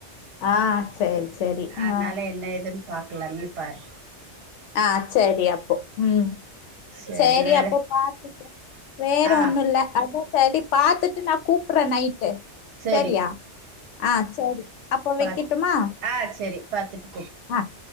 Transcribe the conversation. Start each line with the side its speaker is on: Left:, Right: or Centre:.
Left: ஆ செரி செரி
Right: அதனால
Left: ஆ
Right: என்ன ஏதுன் பாக்கல நீ பாரு
Left: ஆ செரி அப்போ ம்
Right: சரி
Left: செரி
Right: வேற
Left: அப்போ பாத்துக்க வேற
Right: ஆ
Left: ஒண்ணுல்ல அத சரி பாத்துட்டு நா கூப்பற நைட்டு
Right: சரி
Left: செரியா ஆ செரி அப்போ வெக்கட்டுமா
Right: பாத் ஆ சரி பாத்துட்டு
Left: ஆ